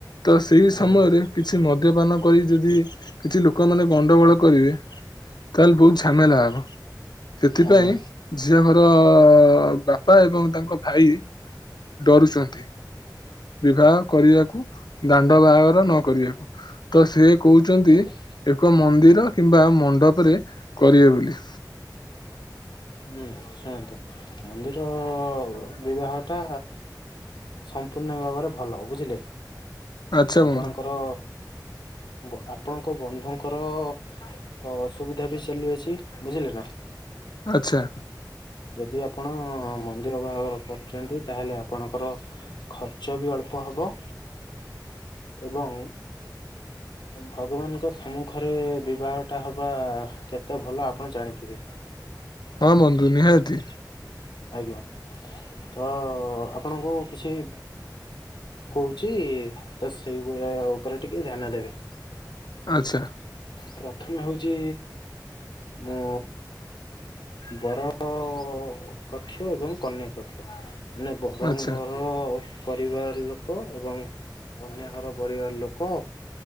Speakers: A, on the left; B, on the left.
A: ତ ସେଇ ସମୟରେ
B: ଆଜ୍ଞା
A: କିଛି ମଦ୍ୟପାନ କରି ଯଦି ଯିଏ ଲୋକମାନେ ଗଣ୍ଡଗୋଳ କରିବେ ତାହେଲେ ବହୁତ ଝାମେଲା ହବ। ସେଥିପାଇଁ
B: ଆଜ୍ଞା
A: ଝିଅହର ବାପା ଏବଂ ତାଙ୍କ ଭାଇ ଡରୁଛନ୍ତି। ବିବାହ କରିବାକୁ ଦାଣ୍ଡ ବାହାଘର ନ କରିବାକୁ। ତ ସେ କହୁଚନ୍ତି
B: ଆଜ୍ଞା
A: ଏକ ମନ୍ଦିର କିମ୍ବା ମଣ୍ଡପରେ କରିବେ ବୋଲି।
B: ହୁଁ ଶୁଣନ୍ତୁ ମନ୍ଦିର ବିବାହ ଟା ସମ୍ପୂର୍ଣ୍ଣ ଭାବରେ ଭଲ ବୁଝିଲେ
A: ଆଚ୍ଛା
B: ଆପଣଙ୍କର
A: ବନ୍ଧୁ
B: ବ ଆପଣଙ୍କ ବନ୍ଧୁଙ୍କର ତ ଅସୁବିଧା ବି ଚାଲି ଅଛି ବୁଝିଲେ ନା।
A: ଆଚ୍ଛା।
B: ଯଦି ଆପଣ ମନ୍ଦିର ବାହାଘର କରୁଛନ୍ତି ତାହେଲେ ଆପଣଙ୍କର ଖର୍ଚ୍ଚ ବି ଅଳ୍ପ ହବ ଏବଂ ଭଗବାନଙ୍କ ସମ୍ମୁଖରେ ବିବାହଟା ହବା କେତେ ଭଲ ଆପଣ ଜାଣିଥିବେ।
A: ହଁ ବନ୍ଧୁ ନିହାତି।
B: ଆଜ୍ଞା। ତ ଆପଣଙ୍କୁ କିଛି କହୁଚି ତ ସେଇଭଳିଆ ଉପରେ ଟିକେ ଧ୍ୟାନ ଦେବେ।
A: ଆଚ୍ଛା।
B: ପ୍ରଥମେ ହଉଚି ମୁଁ ବର ତ କକ୍ଷ ଏବଂ କନ୍ୟା କକ୍ଷ। ମାନେ ବହରଙ୍ଗ
A: ଆଚ୍ଛା
B: <unintelligible> <unintelligible> ପରିବାର ଲୋକ ଏବଂ କନ୍ୟା ଘର ପରିବାର ଲୋକ